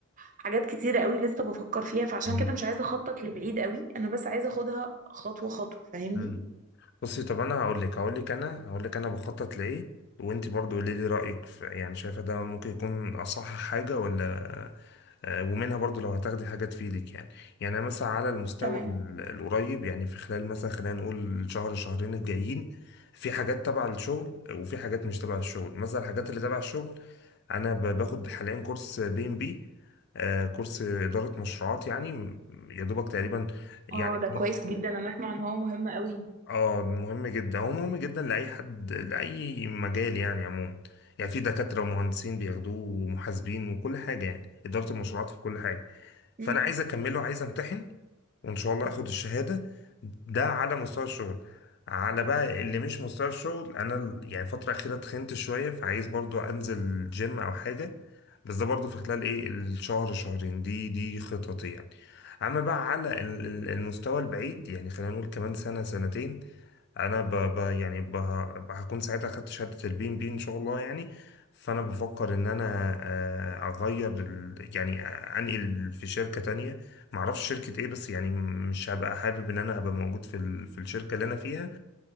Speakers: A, on the right; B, on the left.
A: حاجات كتيره قوي لسه بفكر فيها فعشان
B: امم
A: كده مش عايزه اخطط لبعيد قوي انا بس عايزه اخدها خطوه خطوه فاهمني
B: امم بصي طب انا هقول لك هقول لك انا هقول لك انا بخطط لايه وانت برضو قولي لي رأيك في يعني شايفة ده ممكن يكون اصح حاجة ولا آه، ومنها برضو لو هتاخدي حاجة تفيدك يعني يعني أنا مثلا على المستوى
A: تمام
B: ال- القريب يعني في خلال مثلا خلينا نقول شهر شهرين الجايين في حاجات تبع الشغل وفي حاجات مش تبع الشغل مثلا الحاجات اللي تبع الشغل انا ب- باخد حاليا كورس بي ام بي كورس اداره مشروعات يعني م- يا دوبك تقريبا يعني
A: اه ده كويس جدا انا اسمع ان هو مهم قوي
B: اه مهم جدا هو مهم جدا لأي حد لأي مجال يعني عموما يعني في دكاترة ومهندسين بياخدوه ومحاسبين وكل حاجة يعني إدارة المشروعات في كل حاجة فأنا
A: امم
B: عايز أكمله عايز أمتحن وإن شاء الله أخد الشهادة ده على مستوى الشغل على بقى اللي مش مستوى الشغل أنا ال- يعني الفترة الأخيرة تخنت شوية فعايز برضو أنزل جيم أو حاجة بس ده برضو في خلال إيه الشهر شهرين دي دي خططي يعني أما بقى على ال- ال- المستوى البعيد يعني خلينا نقول كمان سنة سنتين انا ب... ب... يعني ب... ه- هكون ساعتها خدت شهاده البي ام بي ان شاء الله يعني فانا بفكر ان انا آه، اغير ال... يعني آه، انقل في شركه تانية معرفش شركه ايه بس يعني مش هبقى حابب ان انا ابقى موجود في ال... في الشركه اللي انا فيها